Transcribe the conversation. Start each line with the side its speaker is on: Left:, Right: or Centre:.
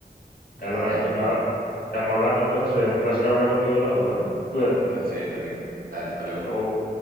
Left: Dale,
Right: Ay,
Left: manito,
Right: Dios,
Left: nada. Estamos hablando entonces. Un placer hablar contigo de nuevo, ¿eh? Cuídate.
Right: un placer también. Dale, hasta luego.
Left: Chao.